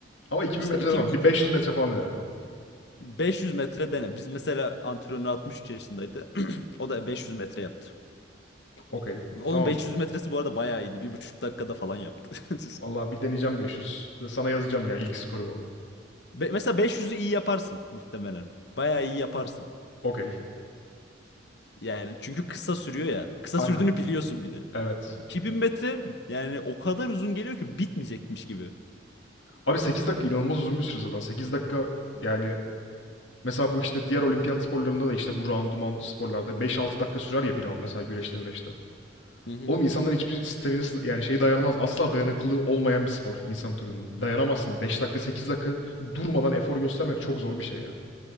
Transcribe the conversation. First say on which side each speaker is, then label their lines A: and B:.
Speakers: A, on the left (about 80°); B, on the left (about 60°).
A: Ama 2000
B: İşte
A: metre
B: 2,
A: demem. Bir 500 metre falan denerim.
B: 500 metre dene. Biz mesela antrenör 63 yaşındaydı. <clears throat> O da 500 metre yaptı.
A: Okey.
B: Onun
A: Tamam.
B: 500 metresi bu arada bayağı iyiydi. Bir buçuk dakikada falan yaptı. <laughs>
A: Vallahi bir deneyeceğim 500. Bir de Sana yazacağım ya ilk skorumu.
B: Be- mesela 500'ü iyi yaparsın muhtemelen. Bayağı iyi yaparsın.
A: Okey.
B: Yani çünkü kısa sürüyor ya. Kısa
A: Aynen.
B: sürdüğünü biliyorsun bir de.
A: Evet.
B: 2000 metre yani o kadar uzun geliyor ki bitmeyecekmiş gibi.
A: Abi 8 dakika inanılmaz uzun bir süre zaten. sekiz dakika yani mesela bu işte diğer olimpiyat sporlarında da işte bu roundlu mountlu sporlarda beş altı dakika sürer ya bir round mesela güreşte müreşte.
B: Hı hı.
A: Oğlum insanlar hiçbir sistemine sız- yani şey dayanmaz. Asla dayanıklılığı olmayan bir spor insan türünün. Dayanamazsın. beş dakika 8 dakika durmadan efor göstermek çok zor bir şey ya.